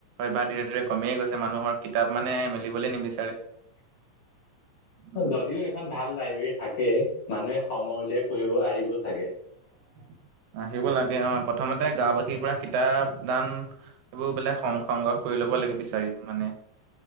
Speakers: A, on the right; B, on the left.
A: বা ধীৰে ধীৰে কমিয়ে গৈছে মানুহৰ কিতাপ মানে মেলিবলৈ নিবি উম,
B: যদিও এখন ভাল লাইব্ৰেৰী থাকে মানুহে সময় উলিয়াই পঢ়িব আহিব চাগে।
A: উ আহিব লাগে অ' প্ৰথমতে গাঁওবাসীৰ পৰা কিতাপ দান এইবোৰ বোলে স-সংগ্ৰহ কৰি ল'ব <unintelligible> বিচাৰি মানে